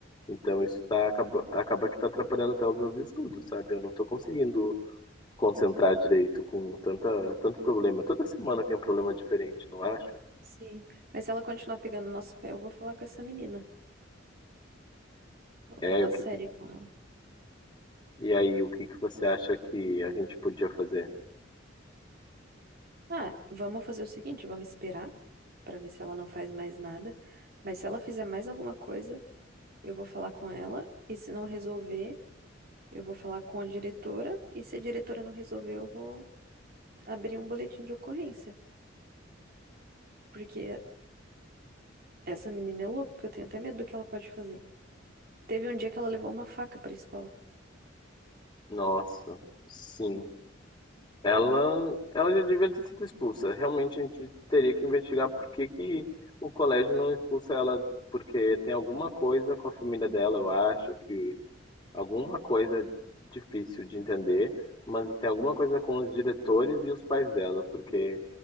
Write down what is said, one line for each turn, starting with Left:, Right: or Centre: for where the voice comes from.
Left: Então isso tá, acaba, acaba que tá atrapalhando até os meus estudos, sabe? Eu não tô conseguindo concentrar direito com tanta, tanto problema. Toda semana tem um problema diferente, não acha?
Right: Sim. Mas se ela continuar pegando no nosso pé, eu vou falar com essa menina. Vou
Left: É,
Right: falar
Left: o
Right: sério
Left: que que...
Right: com ela.
Left: E aí, o que que você acha que a gente podia fazer?
Right: Ah, vamos fazer o seguinte, vamos esperar pra ver se ela não faz mais nada. Mas se ela fizer mais alguma coisa, eu vou falar com ela e se não resolver, eu vou falar com a diretora e se a diretora não resolver, eu vou abrir um boletim de ocorrência. Porque Essa menina é louca, eu tenho até medo do que ela pode fazer. Teve um dia que ela levou uma faca pra escola.
Left: Nossa, sim. Ela, ela já devia ter sido expulsa. Realmente a gente teria que investigar por que que o colégio não expulsa ela, porque tem alguma coisa com a família dela, eu acho que alguma coisa difícil de entender, mas tem alguma coisa com os diretores e os pais dela, porque